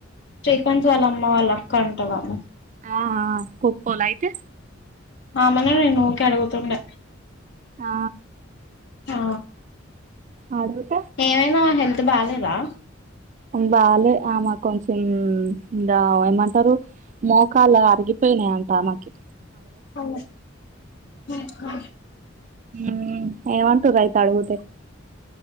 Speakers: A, on the left (about 65°); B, on the right (about 40°).
A: శ్రీకాంత్ వాళ్ళ అమ్మ వాళ్ళ అక్క అంట ఆమే
B: ఆ కోక్పోల అయితే
A: ఆమేనే నేన్ను ఊరికి అడుగుతుండే
B: ఆ
A: ఆ
B: ఆడువర్క్
A: ఏమైంది ఆమెకు హెల్త్ బాలేదా
B: బాలే ఆమే కొంచెం ఇం ఏమంటరు మోకాలు అరిగిపోయినాయంట ఆమేకి
A: ఉ ఉహు
B: మ్ ఏ ఉంటరు అయితే అడుగుతే